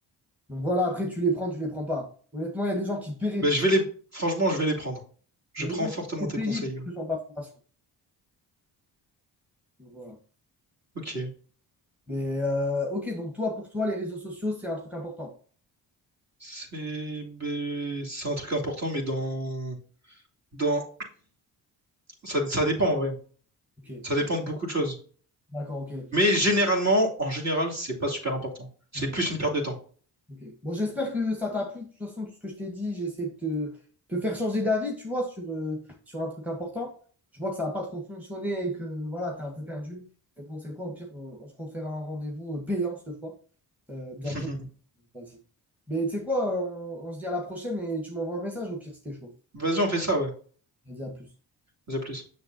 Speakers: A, in the centre; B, on the right.
A: Donc voilà, après, tu les prends, tu les prends pas. Honnêtement, il y a des gens qui paieraient
B: Bah,
A: pour
B: je vais les... Franchement, je vais les prendre. Je
A: Il y a
B: prends
A: des gens
B: fortement
A: qui étaient
B: tes
A: payés
B: conseils.
A: pour
B: ouais.
A: ce genre d'informations. Donc, voilà.
B: Ok.
A: Mais euh, ok, donc toi, pour toi, les réseaux sociaux, c'est un truc important.
B: C'est... ben, C'est un truc important, mais dans... dans... Ça, ça dépend, en vrai.
A: Ok,
B: Ça dépend de beaucoup de choses.
A: d'accord, ok,
B: Mais généralement, en général, c'est pas super important. C'est
A: ok,
B: plus une perte de temps.
A: ok. Bon, j'espère que ça t'a plu. De toute façon, tout ce que je t'ai dit, j'ai essayé de te, te faire changer d'avis, tu vois, sur, euh, sur un truc important. Je vois que ça n'a pas trop fonctionné et que voilà, t'es un peu perdu. Mais bon, c'est quoi, au pire, on, on se refera un rendez-vous euh, payant cette fois, euh, bientôt.
B: <laughs>
A: Vas-y. Mais tu sais quoi, on, on se dit à la prochaine et tu m'envoies un message au pire, c'était chaud.
B: Vas-y, on fait ça, ouais.
A: Vas-y, à plus.
B: Vas-y, à plus.